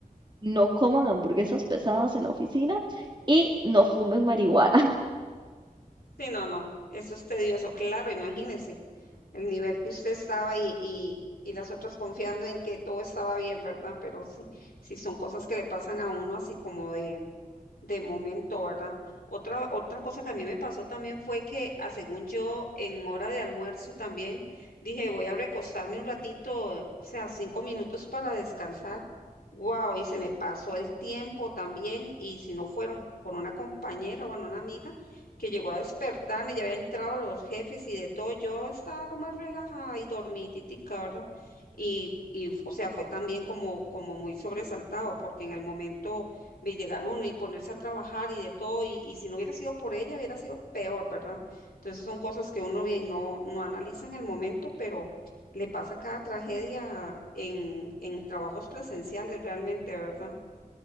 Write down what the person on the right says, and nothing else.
no coman hamburguesas pesadas en la oficina y no fumen marihuana. <laughs>